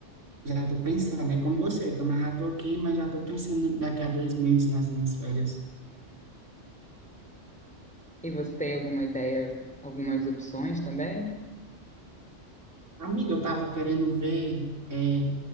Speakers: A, on the right; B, in the centre.
A: já estou pensando, é como você, então mas já tô aqui, mas já estou pensando daqui a dois meses nas minhas férias.
B: E você tem alguma ideia, algumas opções também?
A: Amiga, eu estava querendo ver é,